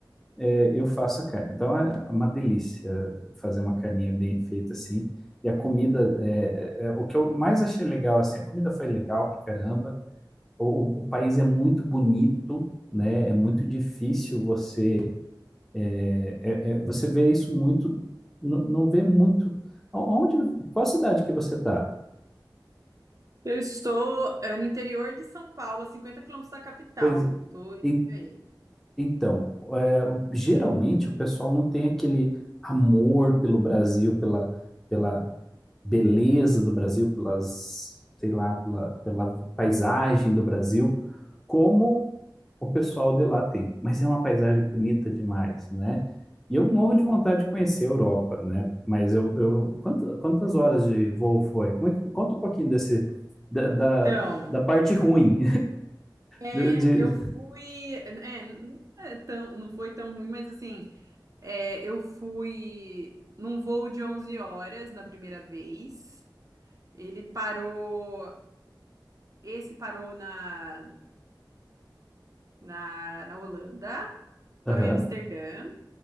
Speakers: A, in the centre; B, on the right.
A: é, eu faço a carne. Então é uma delícia fazer uma carninha bem feita assim. E a comida, é, é, o que eu mais achei legal, assim, a comida foi legal pra caramba. O, o- o país é muito bonito, né? É muito difícil você. é- é- é, você vê isso muito. n- Não vê muito. O- Onde, qual cidade que você tá?
B: Eu estou, é, no interior de São Paulo, a 50 quilômetros da capital.
A: Pois
B: estou indo
A: en-
B: aí.
A: então, é, o- geralmente o pessoal não tem aquele amor pelo Brasil, pela, pela beleza do Brasil, pelas, sei lá, pela, pela paisagem do Brasil, como o pessoal de lá tem. Mas é uma paisagem bonita demais, né? E eu morro de vontade de conhecer a Europa, né? Mas eu, eu quanto- quantas horas de voo foi? Como é que- conta um pouquinho desse da, da,
B: Então,
A: da parte ruim
B: É,
A: <laughs> de, de-
B: eu fui, é, não é tão, não foi tão ruim, mas assim, é, eu fui num voo de 11 horas na primeira vez. Ele parou, esse parou na, na, na Holanda,
A: Aham,
B: parou em Amsterdã.